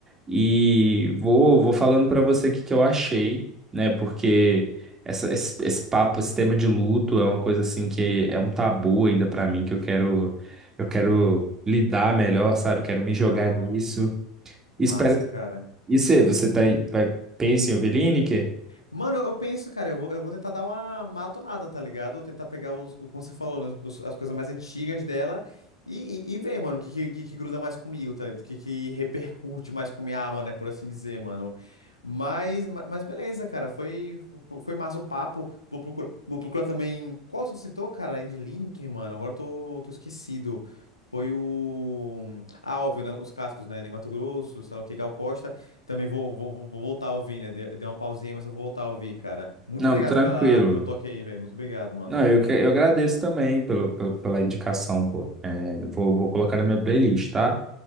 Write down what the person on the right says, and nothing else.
e vou, vou falando pra você o que que eu achei, né? Porque essa, esse, esse papo, esse tema de luto é uma coisa assim que é um tabu ainda pra mim, que eu quero eu quero lidar melhor, sabe? Quero me jogar
nisso.
Espero que...
E você, você tá, em- vai, pensa em ouvir Lineker?
Não,
tranquilo.
Não, eu, que- eu agradeço também pelo, pelo- pela indicação, pô. É, vou, vou colocar na minha playlist, tá?